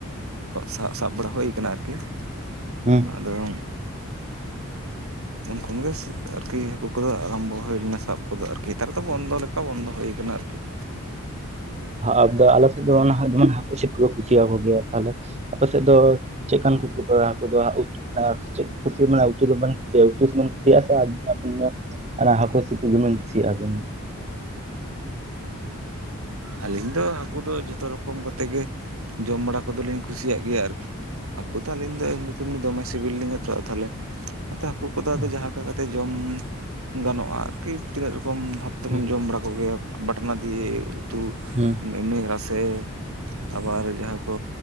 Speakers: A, on the right; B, on the right.
A: ᱥᱟᱵ ᱥᱟᱵ ᱵᱟᱲᱟ ᱦᱩᱭ ᱠᱟᱱᱟ ᱟᱨᱠᱤ ᱾
B: ᱦᱮᱸ
A: ᱟᱫᱚ <inaudible> ᱛᱚ ᱠᱷᱚᱱᱚᱱᱜᱮ ᱟᱨᱠᱤ ᱦᱟᱹᱠᱩ ᱠᱚᱫᱚ ᱟᱨᱟᱢᱵᱷᱚ ᱦᱩᱭ ᱞᱮᱱᱟ ᱥᱟᱵ ᱠᱚᱫᱚ ᱟᱨᱠᱤ ᱾ ᱱᱮᱛᱟᱨ ᱫᱚ ᱵᱚᱱᱫᱚ ᱞᱮᱠᱟ ᱵᱚᱱᱫᱚ ᱦᱩᱭᱠᱟᱱᱟ ᱟᱨᱠᱤ ᱾
B: ᱟᱫᱚ ᱟᱞᱮ ᱥᱮᱫ ᱫᱚ ᱡᱮᱢᱚᱱ ᱦᱟᱹᱠᱩ ᱥᱟᱵ ᱠᱚ ᱠᱩᱥᱤᱭᱟᱠᱚ ᱜᱮᱭᱟ ᱛᱟᱦᱞᱮ ᱟᱯᱮ ᱥᱮᱫ ᱫᱚ ᱪᱮᱫ ᱠᱟᱱ ᱠᱩ ᱫᱚ <unintelligible> ᱪᱮᱫ ᱠᱩᱥᱤ ᱢᱟᱱᱮ ᱩᱛᱩ ᱫᱚ ᱵᱮᱱ ᱪᱮᱫ ᱩᱛᱩ ᱥᱮᱵᱮᱱ ᱠᱩᱥᱤᱭᱟᱜ <unintelligible> ᱚᱱᱟ ᱦᱟᱹᱠᱩ ᱥᱤᱯᱤ ᱜᱮ ᱵᱤᱱ ᱠᱩᱥᱤᱭᱟᱜᱼᱟ ᱵᱤᱱ?
A: ᱟᱹᱞᱤᱧ ᱫᱚ ᱦᱟᱹᱠᱩ ᱫᱚ ᱡᱷᱚᱛᱚ ᱨᱚᱠᱚᱢ ᱠᱟᱛ ᱜᱮ ᱡᱚᱢ ᱵᱟᱲᱟ ᱠᱚᱫᱚᱞᱤᱧ ᱠᱩᱥᱤᱭᱟᱜ ᱜᱮᱭᱟ ᱟᱨᱠᱤ ᱾ ᱦᱟᱹᱠᱩ ᱫᱚ ᱟᱹᱞᱤᱧ ᱫᱚ ᱮᱢᱱᱤ ᱛᱮᱢᱱᱤ ᱫᱚᱢᱮ ᱥᱤᱵᱤᱞ ᱞᱤᱧ ᱮᱛᱚᱜᱼᱟ ᱛᱟᱦᱚᱞᱮ ᱱᱛᱮ ᱦᱟᱹᱠᱩ ᱠᱚᱫᱚ ᱟᱫᱚ
B: ᱦᱩᱸ
A: ᱡᱟᱦᱟᱸ ᱠᱟ ᱠᱟᱛᱮ ᱡᱚᱢ ᱜᱟᱱᱚᱜᱼᱟ ᱟᱨᱠᱤ ᱾ ᱠᱤ ᱛᱤᱱᱟᱹᱜ ᱨᱚᱠᱚᱢ ᱵᱷᱟᱵ ᱛᱮᱵᱚᱱ
B: ᱦᱩᱸ
A: ᱡᱚᱢ ᱵᱟᱲᱟ ᱠᱚᱜᱮᱭᱟ ᱵᱟᱴᱱᱟ ᱫᱤᱭᱮ ᱩᱛᱩ
B: ᱦᱩᱸ
A: ᱢᱤᱢᱱᱤ ᱨᱟᱥᱮ ᱟᱵᱟᱨ ᱡᱟᱦᱟᱸ ᱠᱚ